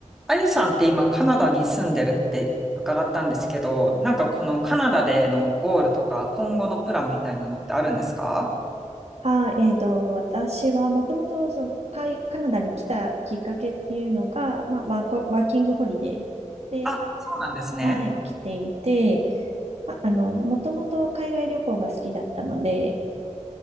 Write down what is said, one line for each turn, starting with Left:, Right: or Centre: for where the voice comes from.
Centre: あゆさんって今カナダに住んでるって伺ったんですけど、なんかこのカナダでのゴールとか今後のプランみたいなのってあるんですか
Right: あ、えっと、私はもともとそのカイ、カナダに来たきっかけっていうのが、まあ、ワーコ、ワーキングホリデーで、
Centre: あ、そうなんですね。
Right: はい、来ていて、まあ、あの、もともと海外旅行が好きだったので、